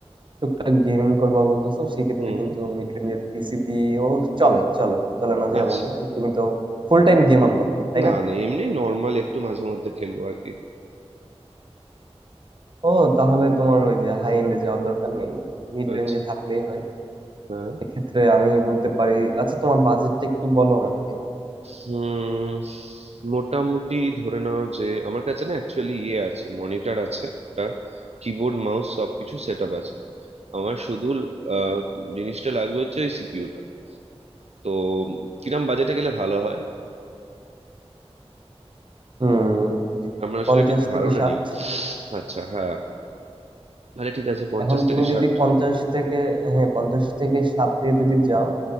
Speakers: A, on the right; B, on the right.
A: টুকটাক গেমিং করবা বলতেছো সেক্ষেত্রে
B: হুম
A: কিন্তু মিড রেঞ্জের পিসি দিয়েও চলে চলে চলে না যেমন
B: আচ্ছা
A: না তুমি তো ফুল টাইম গেমার না তাই
B: না
A: না
B: না এমনি নর্মাল একটু মাঝে মধ্যে খেলবো আর কি
A: ও তাহলে তোমার ওই যে হাই এন্ডে যাওয়ার দরকার নেই মিড
B: আচ্ছা
A: রেঞ্জে থাকলেই হয়
B: হ্যাঁ
A: এক্ষেত্রে আমি বলতে পারি আচ্ছা তোমার বাজেটটা একটু বলো আমাকে
B: হুম মোটামুটি ধরে নাও যে আমার কাছে না অ্যাকচুয়ালি ইয়ে আছে মনিটর আছে একটা কিবোর্ড মাউস সবকিছু সেট আপ আছে আমার শুধু আহ, জিনিসটা লাগবে হচ্ছে ওই সিপিইউটা তো কিরম বাজেটে গেলে ভালো হয়
A: হুম
B: আমার আসলে
A: পঞ্চাশ
B: ঠিক ধারণা
A: থেকে ষাট
B: নেই আচ্ছা হ্যাঁ তাহলে ঠিক আছে পঞ্চাশ
A: এখন
B: থেকে
A: তুমি
B: ষাট
A: যদি পঞ্চাশ থেকে হ্যাঁ পঞ্চাশ থেকে ষাটে যদি যাও